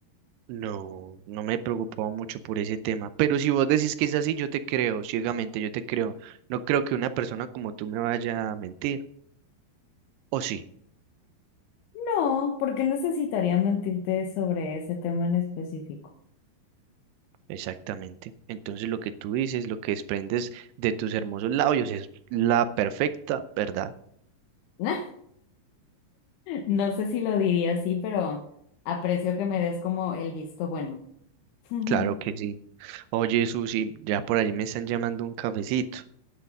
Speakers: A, on the right; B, on the left.
A: No, no me preocupaba mucho por ese tema, pero si vos decís que es así, yo te creo, ciegamente, yo te creo. No creo que una persona como tú me vaya a mentir, o sí,
B: No, porque necesitaría mentirte sobre ese tema en específico.
A: exactamente. Entonces lo que tú dices, lo que desprendes de tus hermosos labios es la perfecta verdad.
B: <laughs> No sé si lo diría así, pero aprecio que me des como el visto bueno. <laughs>
A: Claro que sí. Oye, Susi, ya por allí me están llamando un cafecito.